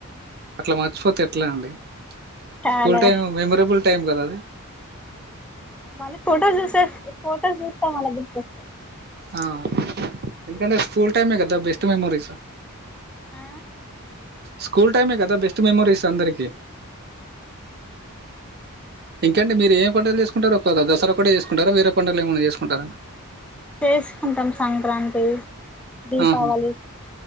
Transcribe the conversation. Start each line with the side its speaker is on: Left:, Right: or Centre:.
Right: అట్లా మర్చిపోతే ఎట్లా అండి
Centre: చాలా
Right: స్కూల్ టైం మెమొరబుల్ టైం కదా అది
Centre: మళ్ళీ ఫోటోస్ చూస్తే ఫోటోస్ చూస్తా మల్ల గుర్తోస్
Right: ఆ ఎందుకంటే స్కూల్ టైమే కదా బెస్ట్ మెమోరీస్
Centre: ఆ
Right: స్కూల్ టైమే కదా బెస్ట్ మెమోరీస్ అందరికీ ఇంకండి మీరు ఏం పండుగలు చేసుకుంటారు ఒక దసరా ఒకటే చేసుకుంటారా వేరే పండుగలు ఏమన్నా చేసుకుంటారా
Centre: చేసుకుంటాం సంక్రాంతి దీపావళి
Right: ఆహా